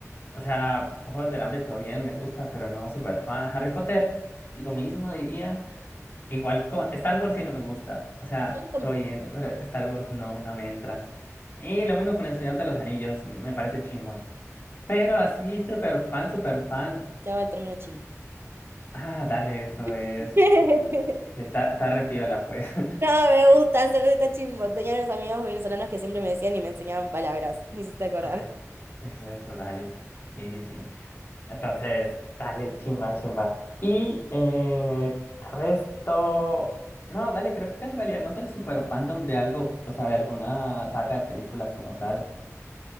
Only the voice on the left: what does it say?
O sea, Ojos del Hambre, todo bien, me gusta, pero no super fan. Harry Potter, lo mismo diría. Igual con Star Wars sí no me gusta. O sea,
todo bien, pero Star Wars no, no me entra. Y lo mismo con El Señor de los Anillos, me parece chimba. Pero así, súper fan, súper fan.
Ah, dale, eso
es. Está, está re piola, pues. <laughs>
Ah, eso, eso, dale. Sí, sí, sí. Entonces, dale, chimba, chimba. Y eh, resto. No, dale, creo que en realidad no soy súper fandom de algo, o sea, de alguna saga de películas como tal.